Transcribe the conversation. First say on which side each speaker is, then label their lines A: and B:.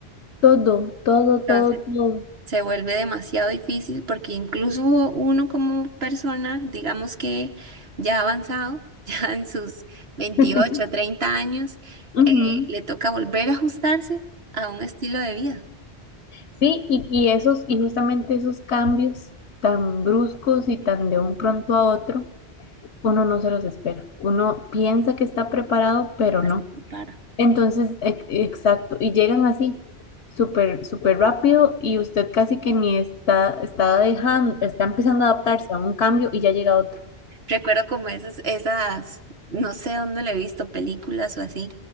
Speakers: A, on the left; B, on the right.
A: Todo, todo, todo,
B: Entonces,
A: todo.
B: se vuelve demasiado difícil porque incluso uno como persona, digamos que ya avanzado, <laughs> ya en sus 28,
A: <laughs>
B: 30 años,
A: Ujú.
B: eh, le toca volver a ajustarse a un estilo de vida.
A: Sí, y, y esos, y justamente esos cambios tan bruscos y tan de un pronto a otro uno no se los espera. Uno piensa que está preparado, pero
B: rojas
A: no.
B: se prepara.
A: Entonces, ex- exacto, y llegan así, súper, súper rápido y usted casi que ni está, está dejando, está empezando a adaptarse a un cambio y ya llega otro.
B: Recuerdo como esas, esas, no sé dónde le he visto, películas o así,